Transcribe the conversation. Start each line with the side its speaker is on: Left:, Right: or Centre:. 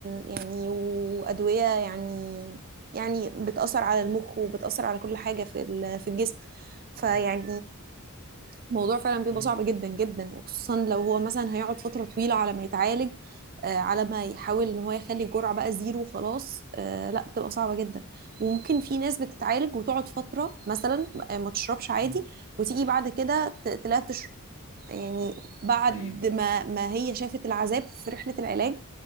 Right: يعني وأدوية يعني يعني بتأثر على المخ وبتأثر على كل حاجة في ال- في الجسم فيعني
Left: امم
Right: الموضوع فعلا بيبقى
Left: امم
Right: صعب جدا جدا وخصوصا لو هو مثلا هيقعد فترة طويلة على ما يتعالج آه، على ما يحاول ان هو يخلي الجرعة بقى زيرو وخلاص آه، لا بتبقى صعبة جدا وممكن في ناس بتتعالج وتقعد فترة مثلا آه، ما تشربش عادي
Left: امم
Right: وتيجي بعد كده ت- تلاقيها بتشرب يعني بعد
Left: اه حقيقي فعلا
Right: ما ما هي شافت العذاب في رحلة العلاج